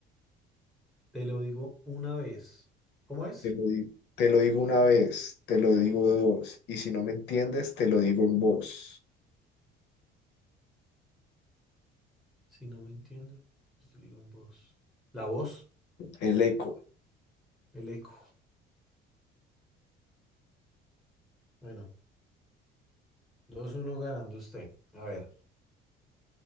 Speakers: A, in the centre; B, on the left (about 60°).
A: Te lo digo una vez. ¿Cómo es?
B: Te lo di- te lo digo una vez, te lo digo dos. Y si no me entiendes, te lo digo en voz.
A: Si no me entiendes, te lo digo en voz. La voz,
B: El eco.
A: el eco. Bueno, dos uno ganando usted. A ver.